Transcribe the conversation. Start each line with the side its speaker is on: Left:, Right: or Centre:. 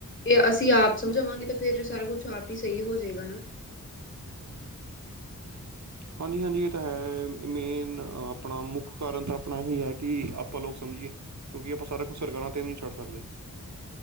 Left: ਇਹ ਅਸੀ ਆਪ ਸਮਝਾਵਾਂਗੇ ਤਾਂ ਫੇਰ ਸਾਰਾ ਕੁਛ ਆਪ ਈ ਸਹੀ ਹੋ ਜਏਗਾ ਨਾ।
Right: ਹਾਂਜੀ-ਹਾਂਜੀ ਇਹ ਤਾਂ ਹੈ, ਮੇਨ ਆਪਣਾ ਮੁੱਖ ਕਾਰਨ ਤਾਂ ਆਪਣਾ ਏਹੀ ਹੈ ਕਿ ਆਪਾਂ ਲੋਕ ਸਮਝੀਏ ਕਿਉਂਕਿ ਆਪਾ ਸਾਰਾ ਕੁਛ ਸਰਕਾਰਾ ਤੇ ਵੀ ਨਈ ਛੱਡ ਸਕਦੇ।